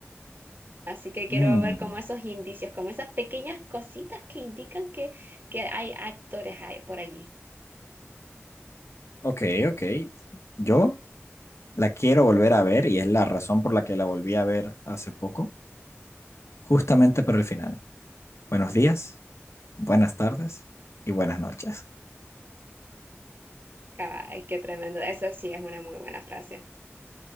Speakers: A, on the right (about 50°); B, on the left (about 75°).
A: Así que quiero
B: Mm,
A: ver como esos indicios, como esas pequeñas cositas que indican que, que hay actores ahí por allí.
B: ok, ok. Yo la quiero volver a ver y es la razón por la que la volví a ver hace poco, justamente por el final. Buenos días, buenas tardes y buenas noches.
A: Ay, qué tremendo. Eso sí es una muy buena frase.